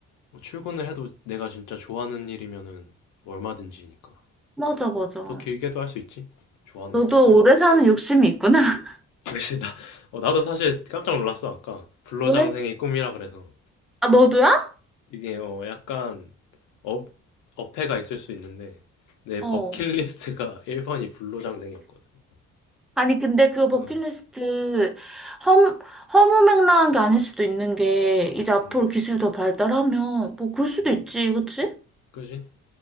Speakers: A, on the left (about 85°); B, in the centre.
A: 뭐 출근을 해도 내가 진짜 좋아하는 일이면은 뭐 얼마든지니까
B: 맞아, 맞아.
A: 더, 더 길게도 할 수 있지. 좋아하는
B: 너도
A: 일면.
B: 오래 사는 욕심이 있구나. <laughs>
A: <laughs> 역시 나 어, 나도 사실 깜짝 놀랐어 아까 불로장생의
B: 왜?
A: 꿈이라 그래서
B: 아, 너도야?
A: 이게 어, 약간 업, 어폐가 있을 수 있는데 내
B: 어.
A: 버킷리스트가 <laughs> 1번이 불로장생이었거든.
B: 아니, 근데 그거 버킷리스트
A: 어,
B: 허무, 허무맹랑한 게 아닐 수도 있는 게, 이제 앞으로
A: 음,
B: 기술이 더 발달하면, 뭐, 그럴 수도
A: 음,
B: 있지, 그치?
A: 그지?